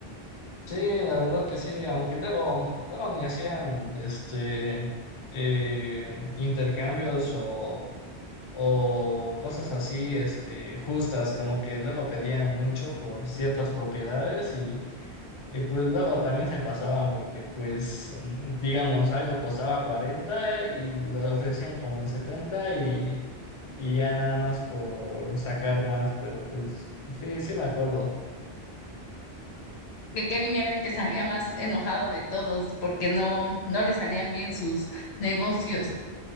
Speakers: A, on the left (about 35°); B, on the left (about 75°).
A: Sí, la verdad que sí, aunque luego, luego ni hacían este eh, intercambios o o cosas así, este, justas, como que luego pedían mucho por ciertas propiedades y, y, pues luego también se pasaban porque pues mm, digamos algo costaba 40 eh, y lo ofrecían como en 70 y, y ya nada más por sacar más, pero pues sí, sí me acuerdo.
B: que Kevin era el que salía más enojado de todos porque no, no le salían bien sus negocios.